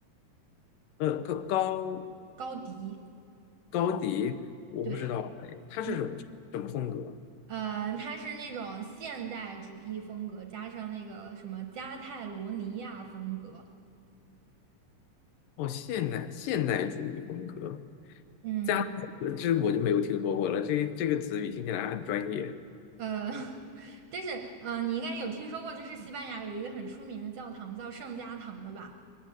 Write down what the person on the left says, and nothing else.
呃，高高
高迪，我不知道哦哎，
他是什么什么风格？
哦，现代现代主义风格，
加我这我就没有听说过了。这这个词语听起来很专业。